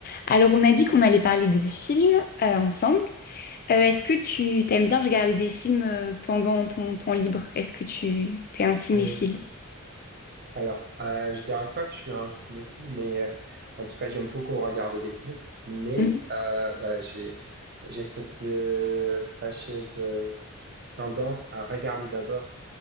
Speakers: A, on the left; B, on the right.
A: Alors, on a dit qu'on allait parler de films euh, ensemble. Euh, est-ce que tu t'aimes bien regarder des films euh, pendant ton temps libre? Est-ce que tu t'es un cinéphile?
B: Et alors, euh, je dirais pas que je suis un cinéphile, mais euh, en tout cas, j'aime beaucoup regarder des films. Mais
A: Mhm.
B: euh, voilà, j'ai j'ai cette euh, fâcheuse euh, tendance à regarder d'abord